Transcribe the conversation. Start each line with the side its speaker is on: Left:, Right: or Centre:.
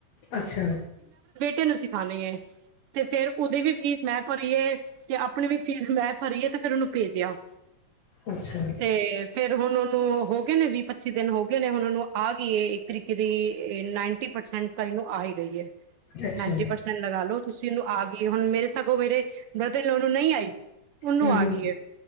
Left: ਅੱਛਾ
Right: ਟੇ ਨੂੰ ਸਿਖਾਉਣੀ ਹੈ ਤੇ ਫੇਰ ਉਹਦੀ ਵੀ ਫੀਸ ਮੈਂ ਭਰੀਏ ਤੇ ਆਪਣੀ ਵੀ ਫੀਸ ਮੈਂ ਫਰੀਏ ਤੇ ਫਿਰ ਉਹਨੂੰ ਭੇਜਿਆ
Left: ਅੱਛਾ,
Right: ਤੇ ਫੇਿਰ ਹੁਣ ਉਹ ਹੋ ਗਏ ਨੇ ਵੀਹ ਪੱਚੀ ਦਿਨ ਹੋ ਗਏ ਨੇ ਹੁਣ ਨੂੰ ਆ ਗਈਏ ਤਰੀਕੇ ਦੀ ਨਾਈਨਟੀ ਪਰਸੈਂਟ ਤਾਂ ਇਹਨੂੰ ਆ ਹੀ ਗਈ
Left: ਅੱਛਾ,
Right: ਨਾਈਨਟੀ ਪਰਸੈਂਟ ਲਗਾ ਲੋ ਤੁਸੀਂਨੂੰ ਆ ਗਏ ਹੁਣ ਮੇਰੇ ਸਗੋਂ ਮੇਰੇ ਦਿਲੋਂ ਨੂੰ ਨਹੀਂ ਆਈ ਉਹਨੂੰ
Left: ਹੂੰ-ਹੂੰ,
Right: ਆ ਗਈ ਹੈ